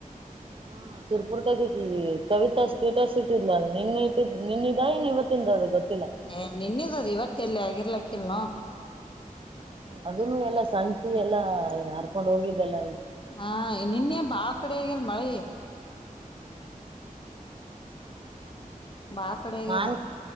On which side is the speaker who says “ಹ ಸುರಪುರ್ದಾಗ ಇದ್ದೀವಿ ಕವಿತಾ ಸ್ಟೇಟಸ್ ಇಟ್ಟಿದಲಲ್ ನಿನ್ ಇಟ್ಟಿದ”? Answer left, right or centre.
Right